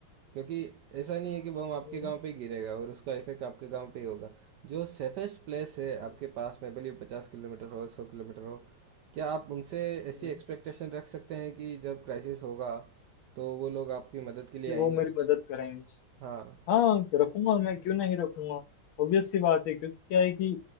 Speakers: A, on the right (about 70°); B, on the left (about 75°).
A: क्योंकि ऐसा नहीं है कि बम आपके
B: हम्म,
A: गांव पे ही गिरेगा और उसका इफेक्ट आपके गांव पे ही होगा जो सेफेस्ट प्लेस है
B: हम्म,
A: आपके पास में भले पचास किलोमीटर हो सौ किलोमीटर हो क्या आप उनसे ऐसी
B: हम्म।
A: एक्सपेक्टेशन रख सकते हैं कि जब क्राइसिस होगा तो वो लोग आपकी मदद के लिए
B: कि वो
A: आएंगे
B: मेरी मदद करेंगे
A: हाँ
B: हाँ रखूंगा मैं क्यों नहीं रखूंगा ऑब्वियस सी बात है क्योंकि क्या है कि